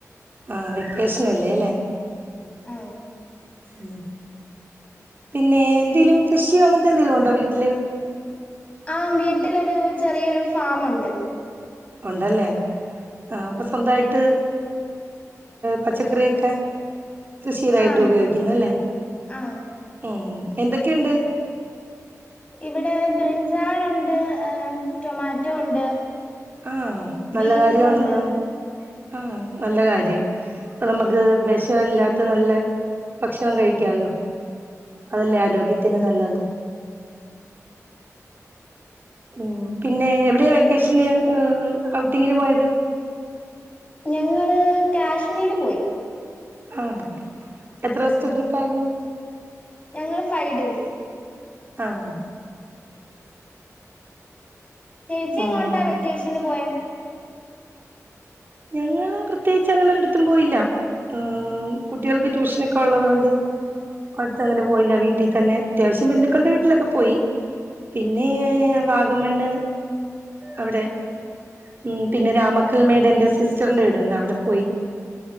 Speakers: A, on the right; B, on the left.
A: ആഹ് വെക്കേഷൻ അല്ലേല്ലെ
B: ആഹ്
A: ഉം പിന്നെ എന്തേലും കൃഷിയൊ അങ്ങനത്തെ എന്തേലുണ്ടൊ വീട്ടില്
B: ആഹ് വീട്ടിലൊരു ചെറിയൊരു ഫാമുണ്ട്
A: ഒണ്ടല്ലേ ആഹ് അപ്പൊ സ്വന്തായിട്ട് പച്ചക്കറിയൊക്കെ കൃഷി സ്ഥിരായിട്ട്
B: ആ
A: ഉപയോഗിക്കുന്നല്ലേ
B: ആ
A: ഉം എന്തൊക്കെണ്ട്
B: ഇവിടെ ബ്രിഞ്ചാളുണ്ട് ഏ ടൊമാറ്റൊ ഉണ്ട്
A: ആഹ് നല്ല
B: ബീൻസ്
A: കാര്യവാണല്ലോ
B: ഉണ്ട്
A: ആഹ് നല്ല കാര്യം നമ്മക്ക്
B: ആ
A: വെഷവല്ലാത്ത നല്ല ഭക്ഷണം കഴിക്കാല്ലൊ അതല്ലേ ആരോഗ്യത്തിന് നല്ലത് ഉം പിന്നെ എവിടെയാ വെക്കേഷന്ല് ഔട്ടിങ്ങിന് പോയത്
B: ഞങ്ങള് കാശ്മീര് പോയി
A: ആഹ് എത്ര ദിവസത്തെ ട്രിപ്പ് ആയിരുന്നു
B: ഞങ്ങള് ഫൈവ് ഡേയ്സ്
A: ആഹ്
B: ചേച്ചി എങ്ങോട്ടാ
A: ഉം
B: വെക്കേഷന് പോയേ
A: ഞങ്ങള് പ്രത്യേകിച്ച് അങ്ങനെ ഒരിടത്തും പോയില്ല ഉം കുട്ടികൾക്ക് ട്യൂഷനൊക്കെ ഉള്ളത് കൊണ്ട് അടുത്തങ്ങനെ പോയില്ല വീട്ടിൽ തന്നെ അത്യാവശ്യം ബന്ധുക്കളുടെ വീട്ടിലൊക്കെ പോയി പിന്നെ വാഗമണ്ണ് അവിടെ ഉം പിന്നെ രാമക്കൽ മേട് എന്റെ സിസ്റ്ററിന്റെ വീടുണ്ട് അവിടെ പോയി